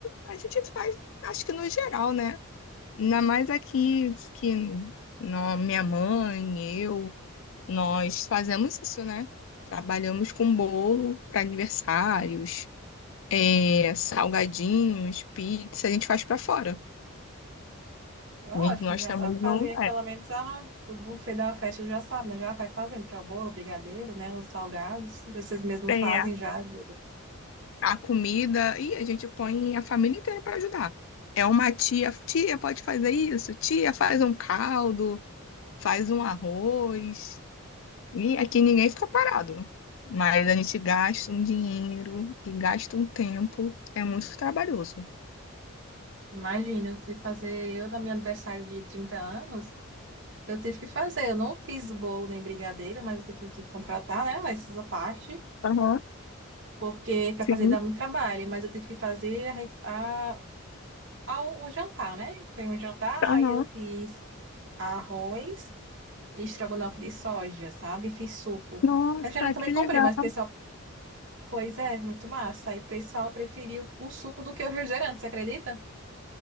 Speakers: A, on the left; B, on the right.
A: a gente faz, acho que no geral, né? Ainda mais aqui que nó- minha mãe, eu, nós fazemos isso, né? Trabalhamos com bolo para aniversários, é, salgadinhos, pizza, a gente faz para fora.
B: É ótimo,
A: E Nós
B: já
A: também
B: sabe fazer,
A: não
B: pelo menos a, o buffet da festa já sabe, né? Já vai fazendo, que é o bolo, o brigadeiro, né? Os salgados, vocês mesmos
A: é,
B: fazem
A: é,
B: já ajuda.
A: a comida e a gente põe a família inteira para ajudar. É uma tia, tia pode fazer isso, tia faz um caldo, faz um arroz. E aqui ninguém fica parado. Mas a gente gasta um dinheiro e gasta um tempo. É muito trabalhoso.
B: Imagina, eu fui fazer, eu, no meu aniversário de 30 anos, eu tive que fazer, eu não fiz bolo nem brigadeiro, mas eu tive que contratar, né? Mas essa parte,
A: Aham,
B: porque para
A: sim,
B: fazer dá muito trabalho, mas eu tive que fazer a, re- a, a- o jantar, né? Foi um jantar,
A: aham.
B: aí eu fiz arroz e estrogonofe de soja, sabe? Fiz suco.
A: Nossa,
B: Eu já também
A: que
B: comprei,
A: legal.
B: mas o pessoal Pois é, muito massa. Aí o pessoal preferiu o suco do que o refrigerante, você acredita?